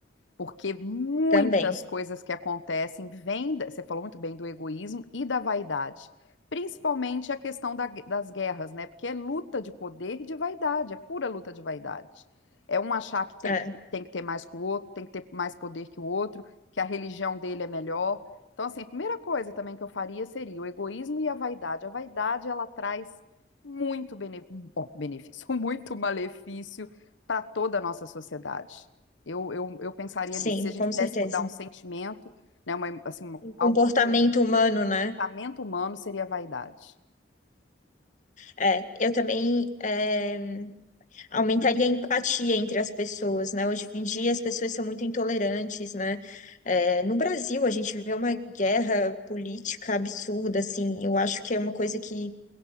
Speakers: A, on the left; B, on the left.
A: porque muitas
B: também,
A: coisas que acontecem vêm, da- você falou muito bem do egoísmo e da vaidade, principalmente a questão da- das guerras, né? Porque é luta de poder e de vaidade, é pura luta de vaidade. É um achar que tem
B: é,
A: que, tem que ter mais que o outro, tem que ter mais poder que o outro, que a religião dele é melhor. Então, assim, a primeira coisa também que eu faria seria o egoísmo e a vaidade. A vaidade, ela traz muito bene- bom, benefício, <laughs> muito malefício para toda a nossa sociedade. Eu, eu, eu pensaria,
B: sim,
A: se a gente
B: com
A: pudesse
B: certeza.
A: mudar um sentimento, né, uma, assim, uma-
B: O comportamento
A: algo que prejudica
B: humano,
A: o
B: né?
A: comportamento humano, seria a vaidade.
B: É, eu também. é, aumentaria a empatia entre as pessoas, né? Hoje em dia as pessoas são muito intolerantes, né? É, no Brasil a gente vê uma guerra política absurda, assim. Eu acho que é uma coisa que